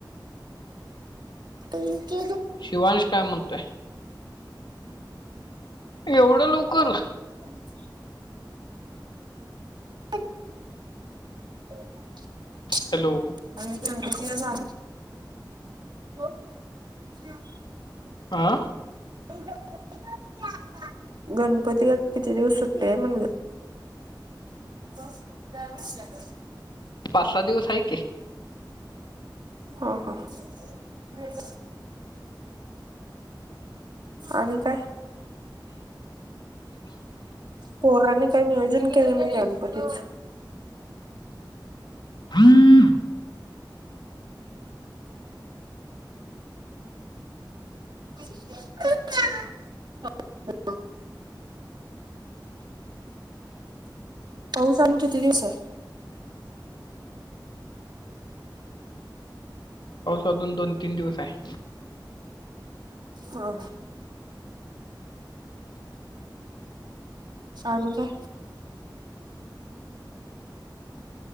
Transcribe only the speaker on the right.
ते क
अच्छा ह <inaudible>
आणिम्ही ज जा हो अा
ते गणपती का किती दिवस सुट्टतेय म्हणलं ब जा कर
ह हा तज आणि काय पौराणिक काही नियोजन केले नाही गणपतीच
अ होऊ सांग किती दिवस आहे
ह आणि का